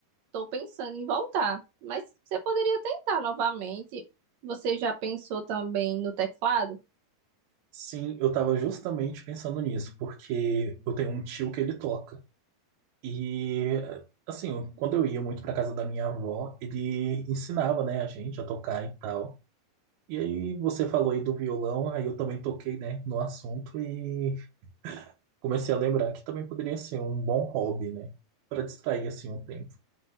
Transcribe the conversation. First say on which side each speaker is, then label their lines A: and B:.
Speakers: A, on the right; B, on the right.
A: tô pensando em voltar. Mas você poderia tentar novamente. Você já pensou também no teclado?
B: Sim, eu tava justamente pensando nisso, porque eu tenho um tio que ele toca. E, assim, quando eu ia muito pra casa da minha avó, ele ensinava, né, a gente a tocar e tal. E aí você falou aí do violão, aí eu também toquei, né, no assunto e Comecei a lembrar que também poderia ser um bom hobby, né? Para distrair assim o tempo.